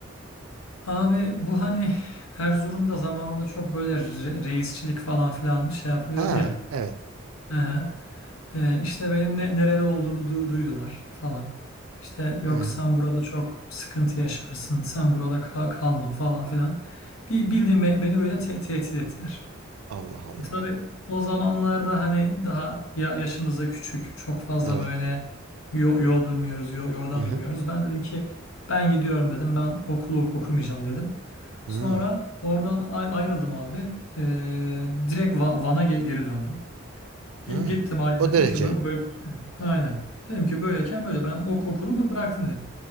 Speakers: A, on the left (about 80°); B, on the right (about 80°).
A: Abi bu hani Erzurum'da zamanında çok böyle re- reisçilik falan filan şey yapılıyordu
B: Ha,
A: ya.
B: evet.
A: Hı hı. Ee, işte benim ne, nereli olduğumu du- duydular falan. İşte yok
B: Hı.
A: sen burada çok sıkıntı yaşarsın, sen burada kal kalma falan filan. Bir bildiğin be- beni böyle te- tehdit ettiler.
B: Allah Allah.
A: E tabii o zamanlarda hani daha ya yaşımız da küçük, çok fazla
B: Evet.
A: böyle yol, yol bilmiyoruz, yo- yordan
B: Hı hı.
A: bilmiyoruz. Ben dedim ki ben gidiyorum dedim, ben okulu ok- okumayacağım dedim.
B: Hı.
A: Sonra oradan ay- ayrıldım abi. Ee, direkt Va- Van'a ge- geri döndüm. Gi-
B: Hı.
A: Gittim aileme
B: O
A: dedim
B: derece.
A: ki böyle, böyle aynen. Dedim ki böyleyken böyle ben ok okulu bı- bıraktım dedim.